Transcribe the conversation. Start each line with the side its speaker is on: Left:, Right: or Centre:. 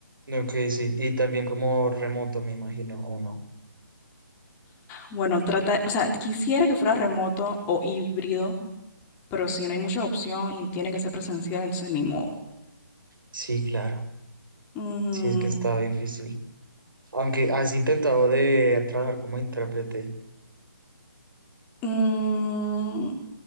Right: Ok, sí, y también como remoto, me imagino, o no.
Left: Bueno, trata, o sea, quisiera que fuera remoto o híbrido pero si no hay mucha opción y tiene que ser presencial, entonces ni modo.
Right: Sí, claro.
Left: Ujú.
Right: Sí, es que está difícil. Aunque has intentado de trabajar como intérprete.
Left: Mm,